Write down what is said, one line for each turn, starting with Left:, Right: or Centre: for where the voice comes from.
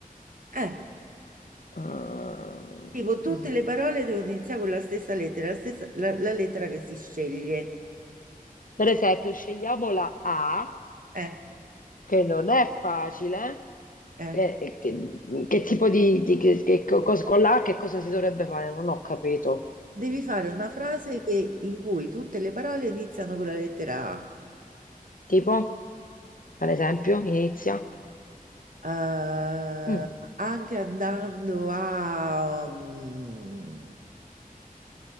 Right: Eh.
Left: Eh,
Right: Tipo, tutte le parole devono iniziare con la stessa lettera, la stessa- la- la lettera che si sceglie.
Left: Per esempio, scegliamo la A,
Right: Eh,
Left: che non è facile,
Right: eh.
Left: Eh, eh, che, che tipo di, di- che, che co- cosa- con l'H che cosa si dovrebbe fare? Non ho capito.
Right: Devi fare una frase che- in cui tutte le parole iniziano con la lettera A.
Left: Tipo, per esempio, inizia
Right: Eh,
Left: Mm.
Right: anche andando a... mm,